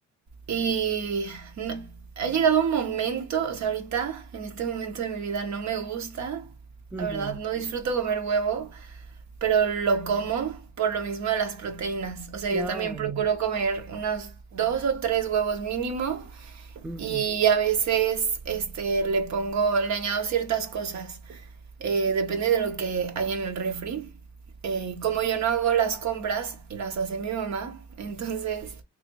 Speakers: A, on the right (about 65°); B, in the centre.
A: Y no- ha llegado un momento, o sea, ahorita, en este momento de mi vida, no me gusta,
B: ujú,
A: la verdad, no disfruto comer huevo, pero lo como por lo mismo de las proteínas. O sea,
B: Claro.
A: yo también procuro comer unos dos o tres huevos mínimo
B: ujú,
A: y a veces este, le pongo, le añado ciertas cosas. Eh, depende de lo que hay en el refri. Eh, como yo no hago las compras y las hace mi mamá, <laughs> entonces